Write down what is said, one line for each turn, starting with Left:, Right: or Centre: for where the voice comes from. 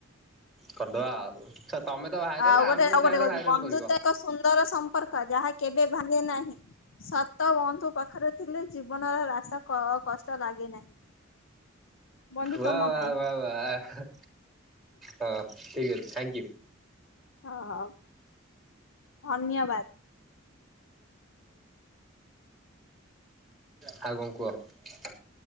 Centre: କରିଦବା ଆଉ। ତମେ ତ ଭାଇରାଲ
Left: ଆଉ ଗୋଟେ
Centre: ଆମକୁ
Left: ଆଉ
Centre: ଚାହିଁଲେ
Left: ଗୋଟେ କହୁଚି
Centre: ଭାଇରାଲ
Left: ବନ୍ଧୁତ୍ୱ
Centre: କରିବ।
Left: ଏକ ସୁନ୍ଦର ସମ୍ପର୍କ। ଯାହା କେବେ ଭାଙ୍ଗେ ନାହିଁ ସତ ବନ୍ଧୁ ପାଖରେ ଥିଲେ ଜୀବନର ରାସ୍ତା କ କଷ୍ଟ ଲାଗେ ନାହିଁ। ବନ୍ଧୁ
Centre: ବା
Left: ତମ
Centre: ବା
Left: ପାଇଁ
Centre: ବା ବା ହ ହଁ ଠିକ ଅଛି ଥାଙ୍କ ୟୁ।
Left: ହଁ ହଁ ଧନ୍ୟବାଦ।
Centre: ହଁ ଆଉ କଣ କୁହ?